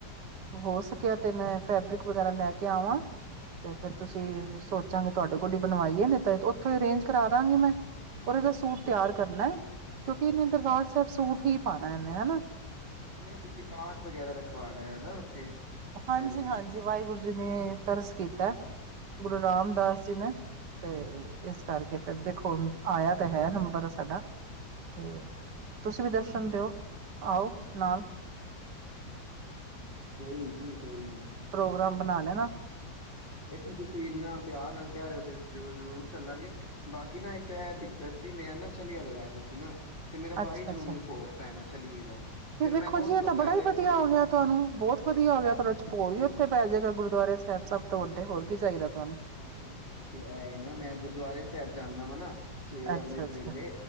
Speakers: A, on the right; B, on the left.
A: ਹੋ ਸਕਿਆ ਤੇ ਮੈਂ ਫੈਬਰਿਕ ਵਗੈਰਾ ਲੈ ਕੇ ਆਵਾਂ ਤੇ ਫੇਰ ਤੁਸੀਂ
B: ਹਮ,
A: ਸੋ ਚੰਗਾ ਤੁਹਾਡੇ ਕੋਲ ਈ ਬਣਵਾਈਏ ਨਹੀਂ ਤਾਂ ਉੱਥੋ ਅਰੇਂਜ ਕਰਾਦਾਂਗੀ ਮੈਂ। ਔਰ ਅਗਰ ਸੂਟ ਤਿਆਰ ਕਰਨਾ। ਕਿਉਂਕਿ ਇਹਨੇ ਦਰਬਾਰ ਸਾਹਿਬ ਸੂਟ ਹੀ ਨਏ ਨਏ ਹਨਾ।
B: ਨਹੀਂ ਤੁਸੀਂ ਪਾਠ ਵਗੈਰਾ ਰਖਵਾਨਾ ਹਨਾ ਉੱਥੇ
A: ਹਾਂਜੀ-ਹਾਂਜੀ
B: ਮੈਨੂੰ ਕਿਸ
A: ਵਾਹਿਗੁਰੂ ਜੀ ਨੇ ਤਰਸ ਕੀਤਾ ਗੁਰੂ ਰਾਮਦਾਸ
B: ਅੱਛਾ ਅੱਛਾ,
A: ਜੀ ਨੇ ਤੇ ਇਸ ਕਰਕੇ ਫਿਰ ਦੇਖੋ ਆਇਆ ਤਾਂ ਹੈ ਨੰ ਬਤਾ ਸਾਡਾ
B: ਹਾਂ,
A: ਤੇ ਤੁਸੀਂ ਵੀ ਦਰਸ਼ਨ ਦਿਓ ਆਓ ਨਾਲ।
B: ਹਾਂਜੀ ਕੋਈ ਨੀ ਜੀ ਕੋਈ ਨੀ।
A: ਪ੍ਰੋਗਰਾਮ ਬਣਾ ਲੈਣਾ
B: ਦੇਖੋ ਤੁਸੀਂ ਇੰਨਾ ਪਿਆਰ ਨਾਲ ਕਹਿ ਰਹੇ ਹੋ ਜ਼ਰੂਰ ਚੱਲਾਂਗੇ ਬਾਕੀ ਨਾ ਇੱਕ ਇਹ ਦਿੱਕਤ ਸੀ ਮੈਂ ਨਾ ਝੋਨਾ ਲਗਾਏ ਦਾ ਸੀ ਨਾ। ਤੇ ਮੇਰਾ
A: ਅੱਛਾ-ਅੱਛਾ
B: ਬਾਈ ਜੂਨ ਨੂੰ ਭੋਗ ਪੈਣਾ ਚਲੀਏ ਦਾ।
A: ਤੇ
B: ਫਿਰ
A: ਵੇਖੋ
B: ਮੈਨੂੰ ਉਸ
A: ਜੀ ਇਹ
B: ਤੋਂ
A: ਤਾਂ
B: ਪਹਿਲੇ
A: ਬੜਾ ਹੀ ਵਧੀਆ
B: ਥੋੜੀ
A: ਹੋ
B: ਦੇਰ
A: ਗਿਆ ਤੁਹਾਨੂੰ ਬਹੁਤ ਵਧੀਆ ਹੋ ਗਿਆ ਤੁਹਾਡਾ ਭੋਗ
B: ਅੱਛਾ
A: ਵੀ ਉੱਥੇ
B: ਅੱਛਾ
A: ਪੈ ਜਾਏਗਾ ਗੁਰਦੁਆਰੇ ਸਾਹਿਬ ਸਭ ਤੋਂ ਵੱਡੇ ਹੋਰ ਕੀ ਚਾਹੀਦਾ? ਤੁਹਾਨੂੰ
B: ਨਹੀਂ ਨਹੀਂ ਤੇ ਇਹ ਨਾ ਮੈਂ ਗੁਰਦੁਆਰੇ ਸਾਹਿਬ ਜਾਂਦਾ ਵਾ ਨਾ ਸਵੇਰੇ
A: ਅੱਛਾ
B: ਅੰਮ੍ਰਿਤ
A: ਅੱਛਾ
B: ਵੇਲੇ